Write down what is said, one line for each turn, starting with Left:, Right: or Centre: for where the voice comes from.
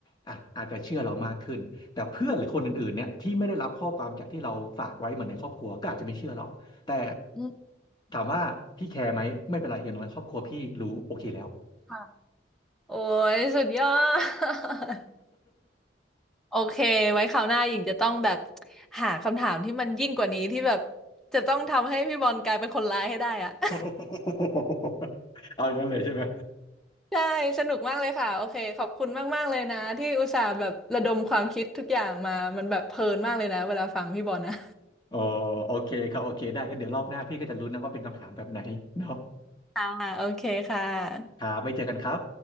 Left: อ่ะอาจจะเชื่อเรามากขึ้นแต่เพื่อนหรือคนอื่นๆเนี่ยที่ไม่ได้รับข้อความจากที่เราฝากไว้เหมือนในครอบครัวก็อาจจะไม่เชื่อเราแต่
Centre: อืม
Left: ถามว่าพี่แคร์ไหมไม่เป็นไรอย่างน้อยครอบครัวพี่รู้โอเคแล้ว
Centre: ค่ะโอ้ยสุดยอด <laughs> โอเคไว้คราวหน้าหญิงจะต้องแบบหาคำถามที่มันยิ่งกว่านี้ที่แบบจะต้องทำให้พี่บอลกลายเป็นคนร้ายให้ได้อะ <laughs>
Left: <laughs> เอาอย่างนั้นเลยใช่ไหม
Centre: ใช่สนุกมากเลยค่ะโอเคขอบคุณมากๆเลยนะที่อุตส่าห์แบบระดมความคิดทุกอย่างมามันแบบเพลินมากเลยนะเวลาฟังพี่บอลนะ
Left: โอ้โอเคครับโอเคได้ก็เดี๋ยวรอบหน้าพี่ก็จะลุ้นนะว่าเป็นคำถามแบบไหนเนาะ
Centre: ค่ะโอเคค่ะ
Left: ครับไว้เจอกันครับ